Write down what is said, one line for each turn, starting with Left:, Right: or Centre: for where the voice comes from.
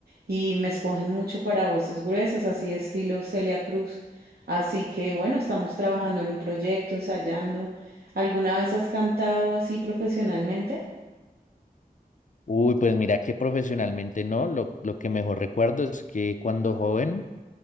Right: y me escogen mucho para voces gruesas, así estilo Celia Cruz. Así que bueno, estamos trabajando en un proyecto, ensayando. ¿Alguna vez has cantado así profesionalmente?
Left: Uy, pues mira que profesionalmente no, lo, lo que mejor recuerdo es que cuando joven,